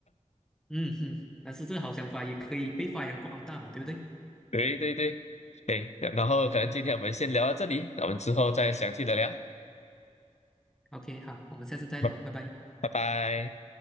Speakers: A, in the centre; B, on the left (about 60°).
A: 嗯嗯，但是这个好想法也可以被发扬光大嘛，对不对？
B: <laughs> 对对对，对，然后可能今天我们先聊到这里，
A: 嗯
B: 那我们之后再详细的聊，
A: ，OK，好，我们下次再聊，
B: 拜
A: 拜拜。
B: 拜拜。